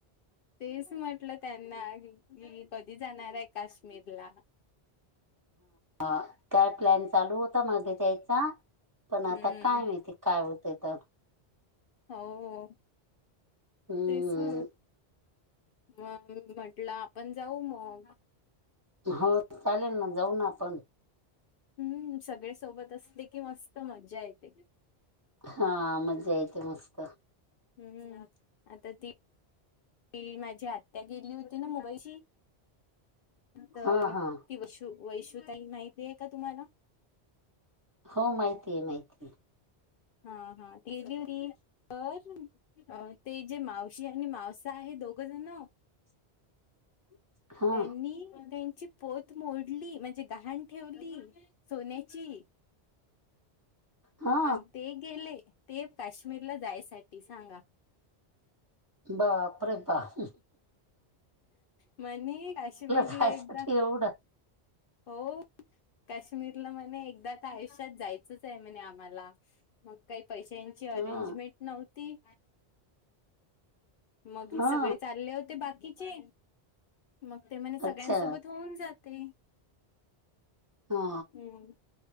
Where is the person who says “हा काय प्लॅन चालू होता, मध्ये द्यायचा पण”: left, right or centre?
Right